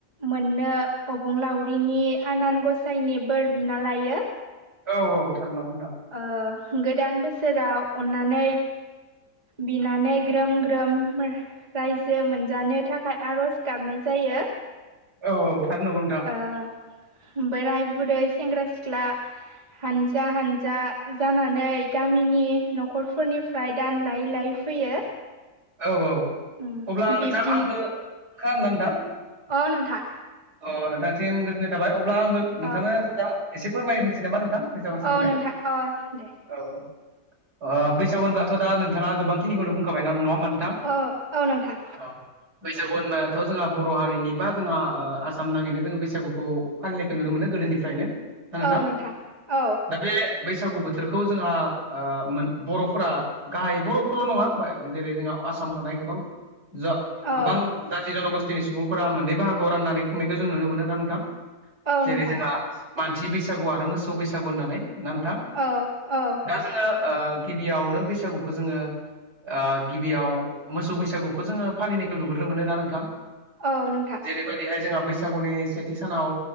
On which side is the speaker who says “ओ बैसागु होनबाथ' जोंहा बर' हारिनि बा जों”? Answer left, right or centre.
Right